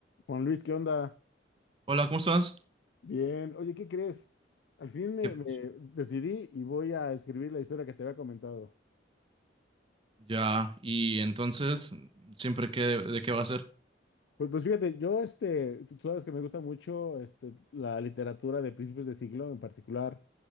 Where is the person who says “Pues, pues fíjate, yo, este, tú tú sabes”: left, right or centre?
Left